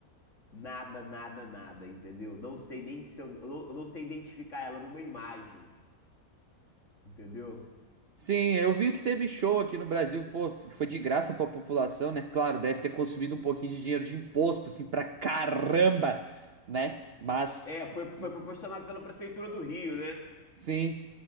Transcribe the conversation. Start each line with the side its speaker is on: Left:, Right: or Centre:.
Left: Nada, nada, nada, entendeu? Não sei nem que se eu, eu não, eu não sei identificar ela numa imagem, entendeu?
Right: Sim, eu vi que teve show aqui no Brasil. Pô, foi de graça pra população, né? Claro, deve ter consumido um pouquinho de dinheiro de imposto, assim, pra caramba, né? Mas,
Left: É, foi,
Right: enfim.
Left: foi proporcionado pela Prefeitura do Rio, né?
Right: Sim.